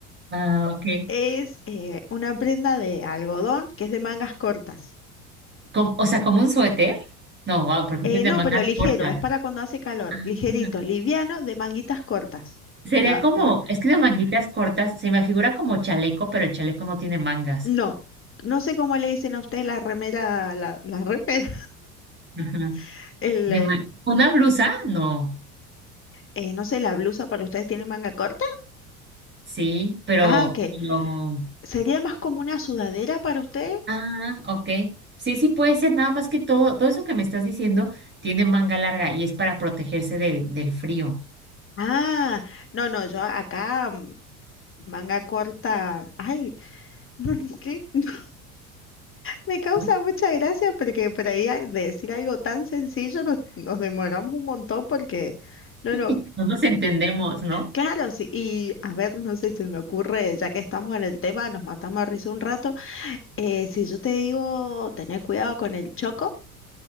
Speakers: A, on the right; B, on the left.
A: Ah, ok.
B: es eh, una prenda de algodón que es de mangas cortas.
A: Com- o sea, como un suéter. No, ah, porque
B: Eh,
A: es de
B: no,
A: manga
B: pero ligero,
A: corta.
B: es para cuando hace calor,
A: ah
B: ligerito, liviano, de manguitas cortas.
A: Sería
B: La,
A: como,
B: eh,
A: es que de manguitas cortas, se me figura como chaleco, pero el chaleco no tiene mangas.
B: no, no sé cómo le dicen a ustedes la remera, la, la remera,
A: Ajá.
B: <laughs> el,
A: De
B: el-
A: ma- ¿Una blusa? No.
B: eh, no sé, la blusa para ustedes tiene manga corta.
A: Sí, pero,
B: Ah, ok.
A: pero...
B: ¿Sería más como una sudadera para ustedes?
A: Ah, ok. Sí, sí puede ser, nada más que todo, todo eso que me estás diciendo tiene manga larga y es para protegerse del, del frío.
B: Ah, no, no, yo acá mm, manga corta. Ay, <laughs> ¿por ¿qué? <laughs> Me causa
A: ¿No?
B: mucha gracia porque por ahí a- decir algo tan sencillo nos, nos demoramos un montón porque, no,
A: <laughs>
B: no,
A: No nos entendemos, ¿no?
B: claro, sí. Y a ver, no sé, se me ocurre, ya que estamos en el tema, nos matamos a risa un rato. eh, si yo te digo, tener cuidado con el choco,